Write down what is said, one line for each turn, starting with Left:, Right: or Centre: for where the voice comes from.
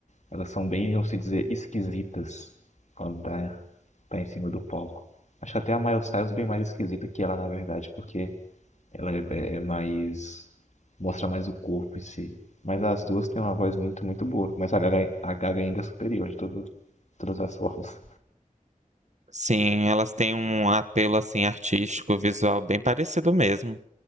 Left: Elas são bem, vamos se dizer, esquisitas quando tá, tá em cima do palco. Acho até a Miley Cyrus bem mais esquisita que ela, na verdade, porque ela é, é- é mais. Mostra mais o corpo em si. Mas as duas têm uma voz muito, muito boa. Mas a Gaga, a Gaga ainda é superior de todo, todas as formas.
Right: Sim, elas têm um apelo, assim, artístico, visual bem parecido mesmo.